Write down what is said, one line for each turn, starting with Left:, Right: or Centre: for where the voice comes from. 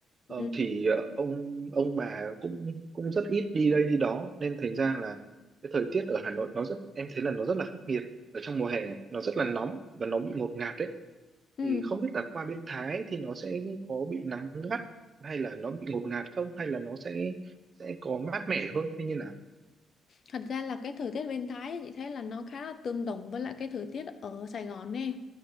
Right: ờ,
Left: Ừ.
Right: thì ờ, ông ông bà cũng cũng rất ít đi đây đi đó nên thành ra là cái thời tiết ở Hà Nội nó rất em thấy là nó rất là khắc nghiệt ở trong mùa hè này, nó rất là nóng và nó bị ngột ngạt đấy
Left: Ừ.
Right: thì không biết là qua bên Thái thì nó sẽ có bị nắng gắt hay là nó bị ngột ngạt không hay là nó sẽ sẽ có mát mẻ hơn thế như là
Left: Thật ra là cái thời tiết bên Thái ấy, chị thấy là nó khá là tương đồng với lại cái thời tiết ở Sài Gòn nè